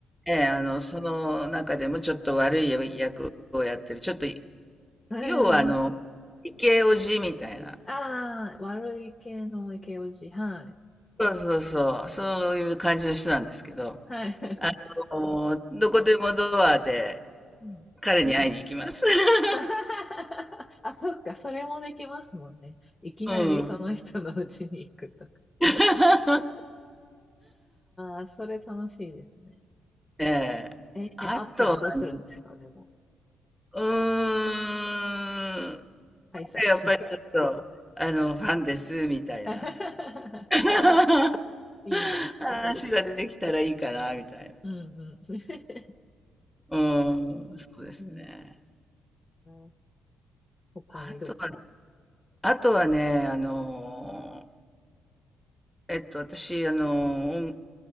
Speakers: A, in the centre; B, on the left (about 25°).
A: ええ、あの、その中でもちょっと悪い役をやってる、ちょっと、
B: ええ
A: 要はあの、イケオジみたいな、
B: ああ、悪い系のイケオジ。はい。
A: そうそうそう、そういう感じの人なんですけど、
B: はい。
A: あの、どこでもドアで
B: うん
A: 彼に会いに行きます。<laughs>
B: <laughs>。あ、そっか、それもできますもんね。いきなりその人の家に行くとか。
A: うん。<laughs>
B: ああ、それ楽しいですね。
A: ええ。
B: えー、
A: あとはね、
B: あったらどうするんですか、でも。
A: うーん、
B: 挨拶。
A: やっぱりちょっと、あの、ファンです、みたいな。
B: <laughs>
A: <laughs>
B: いいですね。
A: <laughs> 話ができたらいいかな、みたいな。
B: うんうん。<laughs>
A: うん、うん、そうですね。
B: うーん。他にどっか。
A: あとは、あとはね、あのえっと、私、あの